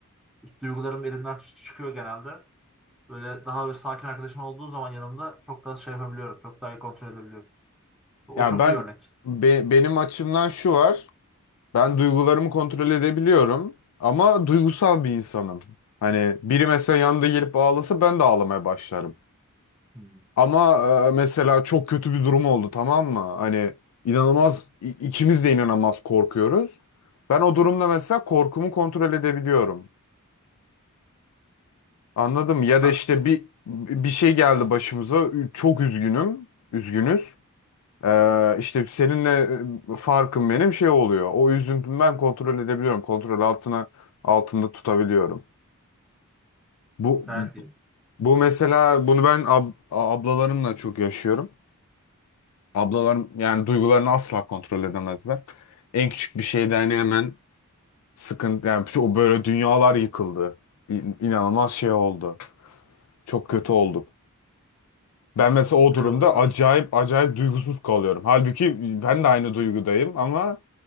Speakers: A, in the centre; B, on the left.
A: duygularım elimden ç- çıkıyor genelde. Böyle daha böyle sakin arkadaşım olduğu zaman yanımda çok daha şey yapabiliyorum. Çok daha iyi kontrol edebiliyorum. O
B: Ya
A: çok
B: ben
A: iyi örnek.
B: be- benim açımdan şu var ben duygularımı kontrol edebiliyorum ama duygusal bir insanım. Hani biri mesela yanımda gelip ağlasa ben de ağlamaya başlarım.
A: Hmm.
B: Ama e, mesela çok kötü bir durum oldu tamam mı? Hani inanılmaz i- ikimiz de inanılmaz korkuyoruz. Ben o durumda mesela korkumu kontrol edebiliyorum. Anladım. Ya
A: Bak,
B: da işte bir bir şey geldi başımıza. Çok üzgünüm. Üzgünüz. Ee, işte seninle e, farkım benim şey oluyor. O üzüntümü ben kontrol edebiliyorum. Kontrol altına altında tutabiliyorum. Bu
A: gayet iyi.
B: bu mesela bunu ben ab- ablalarımla çok yaşıyorum. Ablalarım yani duygularını asla kontrol edemezler. En küçük bir şeyde hani hemen sıkıntı yani o böyle dünyalar yıkıldı. İ- İnanılmaz şey oldu. Çok kötü olduk. Ben mesela o
A: Öyle
B: durumda
A: oluyorlar.
B: acayip acayip duygusuz kalıyorum. Halbuki ben de aynı duygudayım ama,